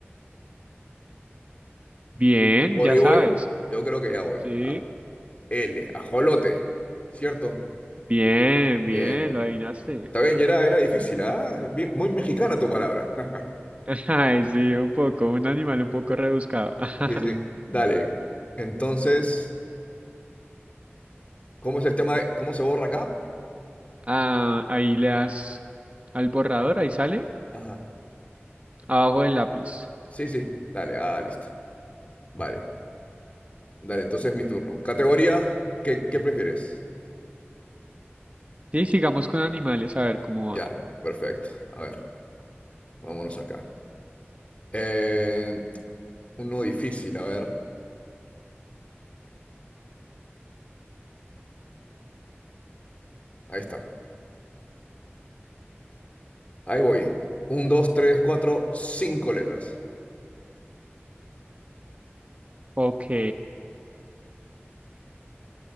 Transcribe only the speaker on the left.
Por
ahí
voy, yo creo que ya voy.
A- L, ajolote, ¿cierto?
Bien.
Está bien, era, era difícil, ¿ah? Bien- muy mexicana tu palabra. <laughs>
Sí, sí. Dale. Entonces, ¿cómo es el tema de cómo se borra acá?
Ajá.
Sí, sí, dale, ah, listo. Vale. Dale, entonces es mi turno. Categoría, ¿qué, qué prefieres?
Ya,
perfecto. A ver, vámonos acá. Eh, uno difícil, a ver. Ahí está. Ahí voy. Un, dos, tres, cuatro, cinco letras.